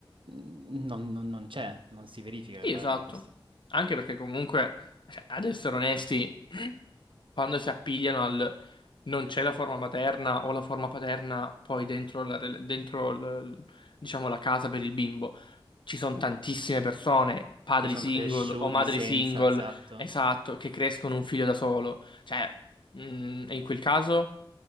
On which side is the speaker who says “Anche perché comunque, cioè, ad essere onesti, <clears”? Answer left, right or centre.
Left